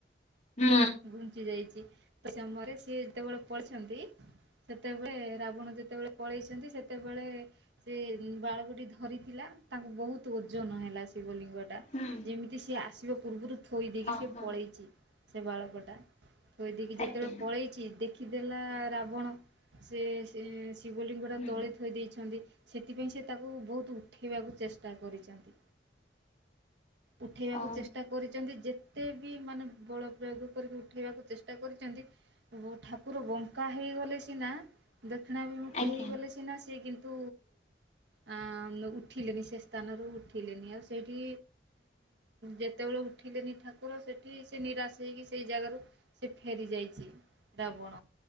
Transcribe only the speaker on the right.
ଘୁଞ୍ଚି ଯାଇଛି। ସମୟରେ ସେି ଯେତେବେଳେ ପଢିଛନ୍ତି ସେତେବେଳେ ରାବଣ ଯେତେବେଳେ ପଳେଇଛନ୍ତି ସେତେବେଳେ ସେ ବାଳକୋଟି ଧରିଥିଲା ତାଙ୍କୁ ବହୁତ ଓଜନ ହେଲା ଶିବଲିଙ୍ଗ।
ଯେମିତି ସିଏ ଆସିବ ପୂର୍ବରୁ ଥୋଇ ଦେଇଖି
ସେ ପଳେଇଛି। ସେ ବାଳକଟା କହିଦକି ଯେତେବେଳେ
ପଳେଇଛି ଦେଖି କି ଦେଲା ରାବଣ ସେ ସେ ଶିବଲିଙ୍ଗଟା
ତଳେ ଥୋଇ ଦେଇଛନ୍ତି। ସେଥିପାଇଁ ସେ ତାକୁ ବହୁତ ଉଠେଇବାକୁ ଚେଷ୍ଟା କରିଛନ୍ତି। ଉଠେଇବାକୁ
ଚେଷ୍ଟା କରିଛନ୍ତି ଯେ ଏତେ ବି ମାନେ ବଡ଼ ପ୍ରୟୋଗ କରିକି ଉଠେଇବାକୁ ଚେଷ୍ଟା କରିଛନ୍ତି ଠାକୁର ବଙ୍କା ହେଇଗଲେ ସିନା ଦକ୍ଷିଣା ବିମୁଖୀ
ହେଇଗଲେ ସି ନା ସିଏ କିନ୍ତୁ କିନ୍ତୁ ଉଠିଲେନି ସେ ସ୍ଥାନରୁ ଉଠିଲେନି ଆଉ ସେଇଠି ଯେତେବେଳେ ଉଠିଲେନି ଠାକୁର ସେଠି ସେ ନିରାଶ କି ସେଇ ଜାଗାରୁ ସେ ଫେରି ଯାଇଛି ରାବଣ